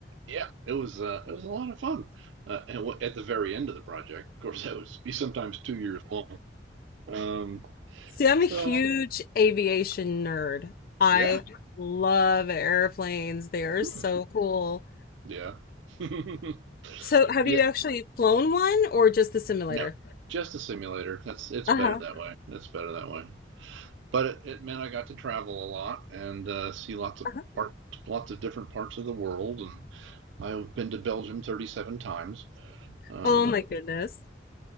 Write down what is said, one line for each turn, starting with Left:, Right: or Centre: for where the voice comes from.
Right: yeah, it was uh, it was a lot of fun. Uh, and w- at the very end of the project, of course, that would be sometimes two years long. Um,
Left: See, I'm
Right: so
Left: a huge aviation nerd. I
Right: Yeah.
Left: love airplanes. They are
Right: Hmm.
Left: so cool.
Right: Yeah. <laughs>
Left: So, have
Right: Yeah.
Left: you actually flown one or just the simulator?
Right: No. Just a simulator. That's it's
Left: Uh
Right: better
Left: huh.
Right: that way. It's better that way. But it, it meant I got to travel a lot and uh, see lots of
Left: Uh-huh.
Right: part, lots of different parts of the world. And I've been to Belgium 37 times. Um,
Left: Oh my goodness.